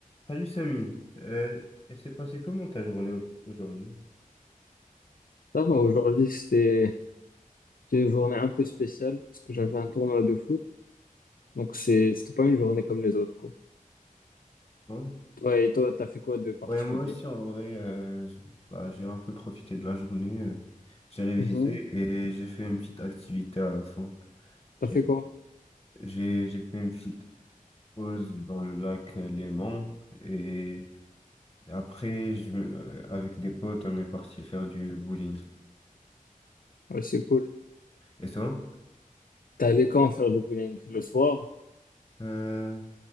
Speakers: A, on the left (about 25°); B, on the left (about 85°).
A: Salut Samy, euh, elle s'est passée comment ta journée au- aujourd'hui?
B: Ça va, aujourd'hui, c'était c'était une journée un peu spéciale parce que j'avais un tournoi de foot. Donc, c'est, c'était pas une journée comme les autres, quoi.
A: Ouais.
B: Toi, et toi, t'as fait quoi de particulier?
A: Ouais, moi aussi en vrai, euh, je- bah, j'ai un peu profité de la journée, euh, j'ai révisé
B: Mhm.
A: et j'ai fait une petite activité à la fin.
B: T'as
A: J'ai
B: fait quoi?
A: j'ai- j'ai fait une petite pause dans le lac euh, Léman et après, je, me- euh, avec des potes, on est parti faire du bowling.
B: Ouais, c'est cool.
A: Et ça?
B: T'es allé quand faire du bowling? Le soir?
A: Euh,